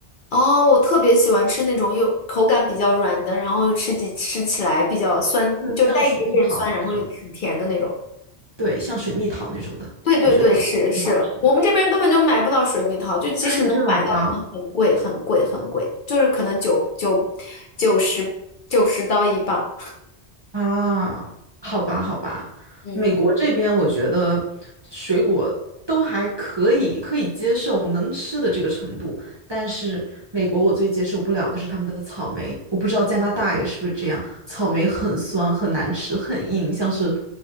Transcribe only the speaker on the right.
嗯，
像水蜜桃那种。
对，像水蜜桃那种的，
我觉得是最好吃的。
啊，你们这买不到
啊？好吧，好吧，
美国这边我觉得水果都还可以，可以接受能吃的这个程度，但是美国我最接受不了的是他们的草莓，我不知道加拿大也是不是这样，草莓很酸，很难吃，很硬，像是